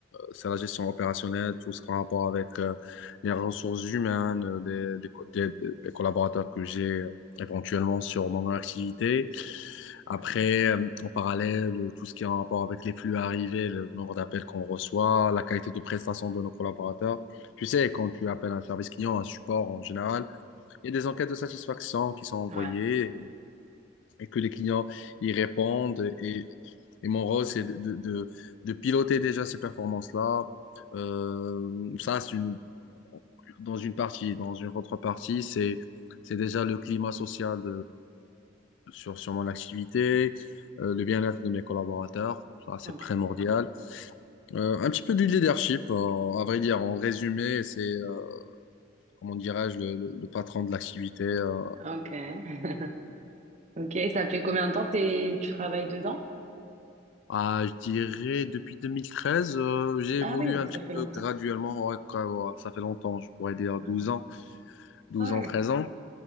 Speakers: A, on the left; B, on the right.
A: c'est la gestion opérationnelle, tout ce qui a rapport avec euh, les ressources humaines, euh, des, des co- des- des les collaborateurs que j'ai euh, éventuellement sur mon activité. Après,
B: ok,
A: euh, en parallèle, euh, tout ce qui est en rapport avec les flux arrivés, le nombre d'appels qu'on reçoit, la qualité de prestation de nos collaborateurs. Tu sais, quand tu appelles un service client, un support en général, il y a des enquêtes de satisfaction qui sont envoyées
B: ouais,
A: et, que les clients y répondent. Et, et mon rôle, c'est de, de, de- de piloter déjà ces performances-là. Euh, ça, c'est une, dans une partie. Dans une autre partie, c'est, c'est déjà le climat social sur, sur mon activité, euh, le bien-être de mes collaborateurs. Ça, c'est
B: ok,
A: primordial. Euh, un petit peu du leadership, euh, à vrai dire. En résumé, c'est, euh, comment dirais-je, le, le- le patron de l'activité. euh.
B: ok. <laughs> Ok, ça fait combien de temps t'es- tu travailles dedans?
A: Ah, je dirais, depuis 2013, euh, j'ai
B: Ah
A: évolué
B: oui, donc
A: un petit
B: ça fait
A: peu
B: longtemps.
A: graduellement. Ouais, quoi, ouais, ça fait longtemps, je pourrais dire
B: Ah
A: douze
B: oui.
A: ans, douze
B: Ah
A: ans, treize
B: oui.
A: ans.